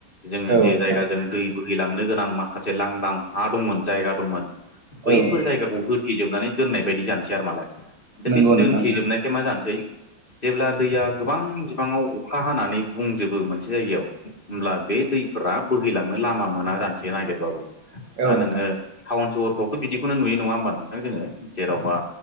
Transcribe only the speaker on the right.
औ
नोंथां
औ नोंथां
नंगौ
नोंथां
औ नोंथां